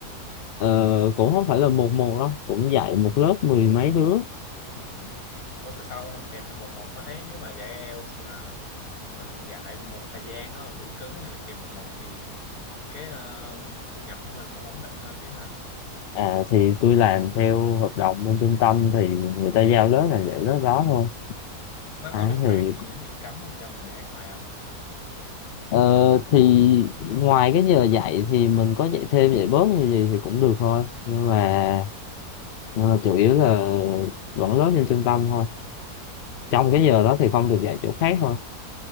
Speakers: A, on the left; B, on the left.
A: Ờ, cũng không phải là một một đâu, cũng dạy một lớp mười mấy đứa.
B: Ừ. Ủa tại sao ông không kèm thêm một một? Tôi thấy nếu mà dạy IELTS mà mình dạy một thời gian á mình đủ cứng thì mình kèm một một thì cái ờ, thu nhập của mình cũng ổn định hơn chứ ha.
A: À, thì tôi làm theo hợp đồng bên trung tâm thì người ta giao lớp là dạy lớp đó thôi.
B: Nó
A: À,
B: có điều
A: thì
B: khoản gì giống như cấm không cho mình dạy ngoài không?
A: Ờ, thì ngoài cái giờ dạy thì mình có dạy thêm dạy bớt như gì thì cũng được thôi
B: Ừ.
A: nhưng mà nhưng mà chủ yếu là vẫn lớp trên trung tâm thôi
B: Ok.
A: trong cái giờ đó thì không được dạy chỗ khác thôi